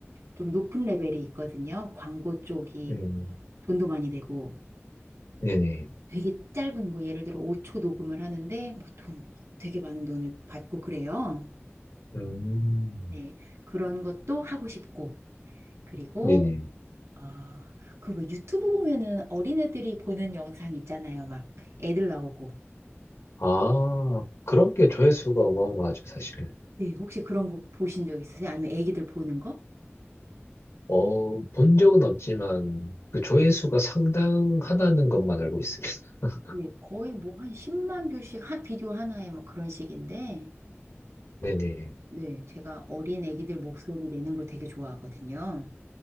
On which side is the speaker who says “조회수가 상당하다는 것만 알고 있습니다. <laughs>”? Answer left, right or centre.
Left